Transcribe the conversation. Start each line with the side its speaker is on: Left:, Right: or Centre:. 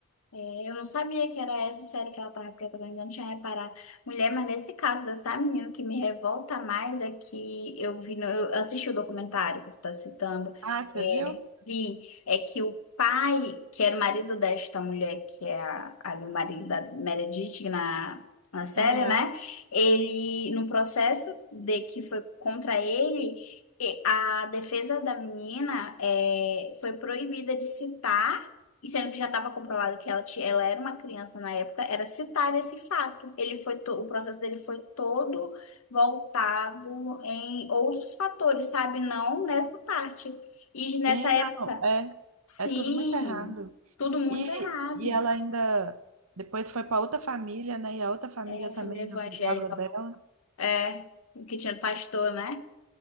Left: É, eu não sabia que era essa série que ela estava preparando, eu não tinha reparado. Mulher, mas nesse caso dessa menina, o que me revolta mais é que eu vi, no- eu assisti o documentário que tu tá citando,
Right: Ah, você
Left: é,
Right: viu?
Left: vi, é que o pai, que era o marido desta mulher, que é a- ali o marido da Meredith na, na série,
Right: Aham.
Left: né? Ele, no processo de que foi contra ele, e a defesa da menina é, foi proibida de citar e sendo que já estava comprovado que ela, ti- ela era uma criança na época, era citar esse fato. Ele foi to- o processo dele foi todo voltado em outros fatores, sabe? Não nessa parte. E
Right: Sim,
Left: nessa época,
Right: não, é,
Left: sim,
Right: é tudo muito errado.
Left: tudo muito
Right: E,
Left: errado.
Right: e ela ainda depois foi para outra família, né? E a outra família
Left: É, família
Right: também
Left: evangélica,
Right: abusava dela.
Left: é, que tinha pastor, né?